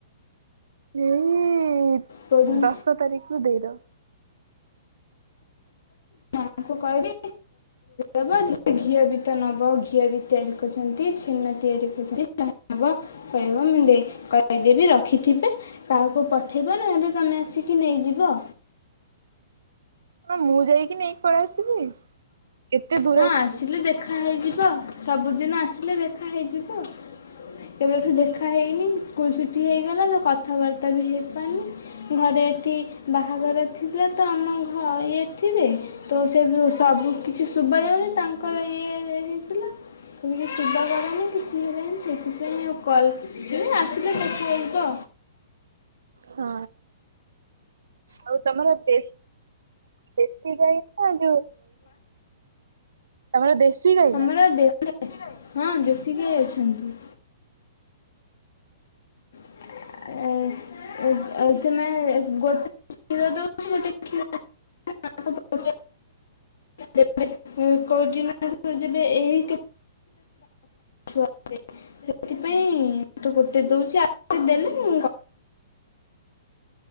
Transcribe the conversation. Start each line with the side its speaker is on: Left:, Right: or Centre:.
Right: ଏଇ
Left: କେଉଁ ଦିନ
Right: ଦଶ ତାରିଖରୁୁ ଦେଇଦବ।
Left: ତାଙ୍କୁ କହିବି ଆଉ ଘିଅ ବି ତ ନବ ଘିଅ ବି ତିଆରି କରିଛନ୍ତି ଛେନା ତିଆରି କର କହିବ ମୁଁ କହିଦେବି ରଖିଥିବେ କାହାକୁ ପଠେଇବ ନହେଲେ ତମେ ଆସିକି ନେଇଯିବ।
Right: ହଁ ମୁଁ ଯାଇକି ନେଇକି ପଳେଇ ଆସିବି। କେତେ ଦୂର
Left: ହଁ
Right: ଅଛନ୍ତି?
Left: ଆସିଲେ ଦେଖା ହେଇଯିବ ସବୁଦିନ ଆସିଲେ ଦେଖା ହେଇଯିବ କେବେଠୁ ଦେଖା ହେଇନି ସ୍କୁଲ ଛୁଟି ହେଇଗଲା ତ କଥାବାର୍ତ୍ତା ବି ହେଇପାରୁନି ଘରେ ଏଠି ବାହାଘର ଥିଲା ତ ଆମ ଘ ଏଥିରେ ତ ସେ ସବୁ କିଛି ଶୁଭ ଯାଉନି ତାଙ୍କର ଇଏ ହେଇଥିଲା ଶୁଭା ଗଲାନି କିଛି ହେଲାନି ସେଥିପାଇଁ ଆଉ କଲ୍ ଆସିଲେ ଦେଖା ହେଇଯିବ।
Right: ହଁ। ଆଉ ତମର ଦେ ଦେଶି ଗାଇ ନାଁ ତମର ଦେଶୀ ଗାଈ
Left: ଆମର
Right: ନା?
Left: ଦେ ହଁ ଦେଶୀ ଗାଈ ଅଛନ୍ତି। ଆଉ ତମେ। ଗୋଟେ କ୍ଷୀର ଦଉଛି ଗୋଟେ କ୍ଷୀର <unintelligible> <unintelligible> କୋଉ ଦିନ ଯେ ଏହି ସେଥିପାଇଁ ତ ଗୋଟେ ଦଉଛି ଆଉ ଦେଲେ ମୁ